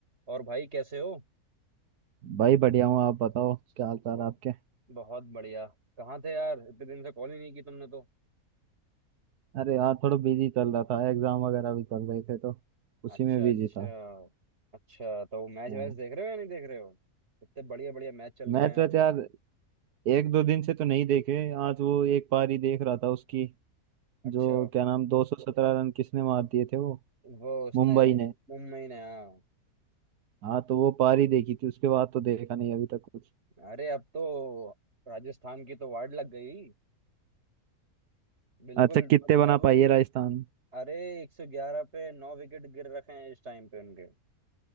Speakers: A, on the right; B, on the right.
A: और भाई कैसे हो
B: भाई बढ़िया हूँ आप बताओ क्या हाल चाल
A: ब-
B: है आपके
A: बहुत बढ़िया कहाँ थे यार इतने दिन से कॉल ही नहीं की तुमने तो
B: अरे यार थोड़ा बिजी चल रहा था एग्जाम वगैरह भी चल रहे थे तो उसी
A: अच्छा
B: में बिजी
A: अच्छा
B: था
A: अच्छा तो मैच
B: हाँ
A: वैच देख रहे हो या नहीं देख रहे हो इतने बढ़िया बढ़िया मैच चल रहे
B: मैच
A: हैं यार
B: वैच यार एक दो दिन से तो नहीं देखे आज वो एक पारी देख रहा था उसकी
A: अच्छा
B: जो क्या नाम दो सौ सत्रह रन किसने मार दिए थे वो
A: वो उसने
B: मुंबई ने
A: मुंबई ने हाँ
B: हाँ तो वो पारी देखी थी उसके बाद तो देखा नहीं अभी तक कुछ
A: अरे अब तो राजस्थान की तो वार्ड लग गई बिल्कुल
B: अच्छा कितने
A: मतलब
B: बना पाई है राजस्थान
A: अरे 111 पे नौ विकेट गिर रखे हैं इस टाइम पे उनके